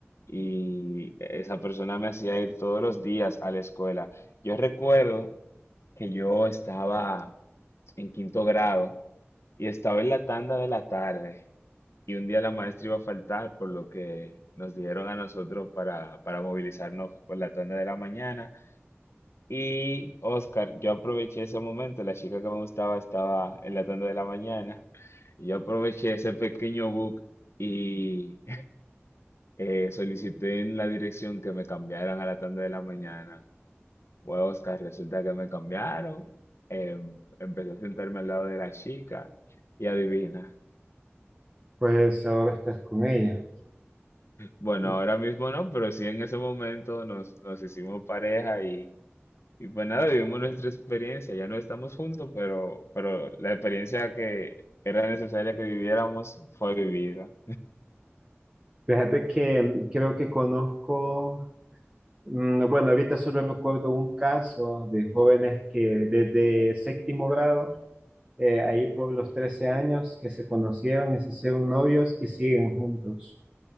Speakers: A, on the left; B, on the right.
A: y esa persona me hacía ir todos los días a la escuela. Yo recuerdo que yo estaba en quinto grado y estaba en la tanda de la tarde y un día la maestra iba a faltar, por lo que nos dieron a nosotros para, para movilizarnos por la tanda de la mañana y Oscar, yo aproveché ese momento, la chica que me gustaba estaba en la tanda de la mañana, y yo aproveché ese pequeño bug y eh, solicité en la dirección que me cambiaran a la tanda de la mañana. Bueno, Oscar, resulta que me cambiaron, em, empecé a sentarme al lado de la chica y adivina.
B: pues ahora estás con ella.
A: Bueno,
B: <laughs>
A: ahora mismo no, pero sí en ese momento nos, nos hicimos pareja y... Y pues nada, vivimos nuestra experiencia, ya no estamos juntos, pero, pero la experiencia que era necesaria que viviéramos fue vivida.
B: Fíjate que mm, creo que conozco, mm, bueno, ahorita solo recuerdo un caso de jóvenes que desde séptimo grado eh, ahí por los 13 años que se conocieron y se hicieron novios y siguen juntos.